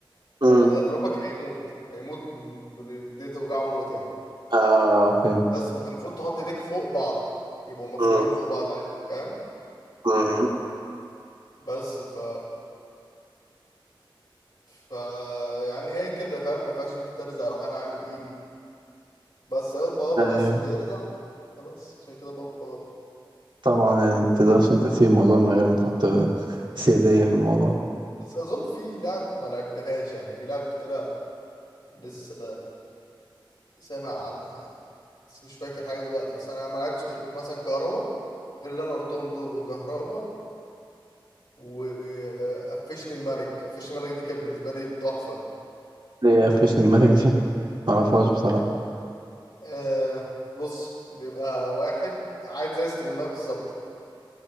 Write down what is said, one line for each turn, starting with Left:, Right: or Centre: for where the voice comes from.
Right: امم
Left: فاللي هيضربك هيموت هيموت من- دي توجعه موت يعني
Right: اه فهمت
Left: بس فانت المفروض تحط ايديك فوق بعض يبقوا مفرودين
Right: امم
Left: فوق بعض عادي فاهم
Right: امم
Left: بس ف ف يعني هي كده فاهم ما ينفعش انت ترزع راح انا عامل ايدي بس هو البوابه
Right: أيوة.
Left: بس اللي يرزع خلاص عشان كده بابا بابا
Right: طبعا يعني ما تقدرش انت تسيب الموضوع من غير ما تحط سيادية في الموضوع
Left: بس اظن في لعب ما لعبتهاش يعني في لعب كتيره لسه سامع عنها بس مش فاكر حاجة دلوقتي بس أنا ما لعبتش غير مثلا كهربا غير اللي أنا قلتهم دول وكهربا وقفشني الملك قفشني الملك دي كانت بالنسبة لي تحفة
Right: اللي هي فيش الماسك دي ما اعرفهاش بصراحة
Left: أه بص بيبقى واحد عايز زي استغماية بالظبط